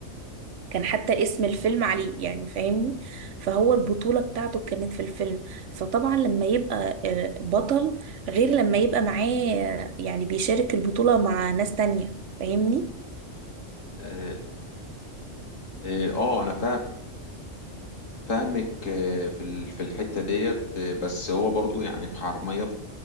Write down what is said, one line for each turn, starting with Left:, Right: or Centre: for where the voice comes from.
Right: كان حتى اسم الفيلم عليه يعني فاهمني فهو البطولة بتاعته كانت في الفيلم فطبعا لما يبقى آه، بطل غير لما يبقى معاه آه، يعني بيشارك البطولة مع ناس تانية فاهمني
Left: اه آه، آه، انا فاهم فاهمك آه، في ال- في الحتة ديت آه، بس هو برضو يعني في حرامية في